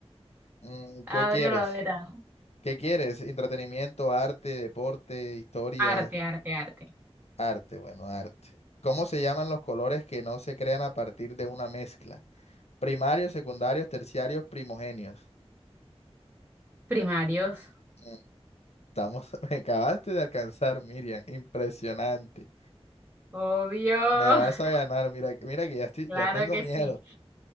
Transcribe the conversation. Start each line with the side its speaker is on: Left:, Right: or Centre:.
Left: Mm,
Right: Abre
Left: ¿Qué quieres?
Right: lo verano.
Left: ¿Qué quieres? Entretenimiento, arte, deporte, historia,
Right: Arte, arte, arte.
Left: arte, bueno, arte. ¿Cómo se llaman los colores que no se crean a partir de una mezcla? Primarios, secundarios, terciarios, primogenios.
Right: Primarios.
Left: Mm, Estamos, <laughs> me acabaste de alcanzar, Miriam. Impresionante.
Right: Obvio.
Left: Me vas
Right: <laughs>
Left: a ganar. Mira, que- mira que ya estoy,
Right: Claro
Left: ya tengo
Right: que
Left: miedo.
Right: sí.